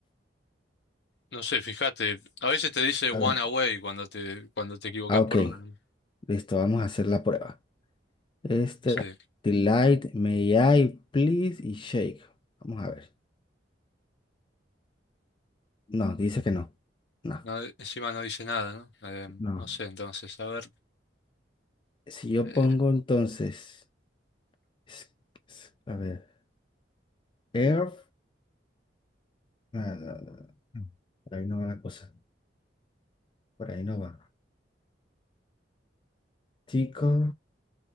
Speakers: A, on the left (about 65°); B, on the left (about 25°).
A: No sé, fíjate, a veces te dice one
B: A ver.
A: away cuando te, cuando te equivocas
B: Ah, ok.
A: por una. ¿no?
B: Listo, vamos a hacer la prueba. Este.
A: Sí.
B: Delight, may I, please y shake. Vamos a ver. No, dice que no. No,
A: No, encima no dice nada, ¿no? Eh,
B: no.
A: no sé, entonces, a ver.
B: Si yo
A: eh,
B: pongo entonces. es- es- A ver. Air. ah, no, no, no, no. Por ahí no va la cosa. Por ahí no va. Tico.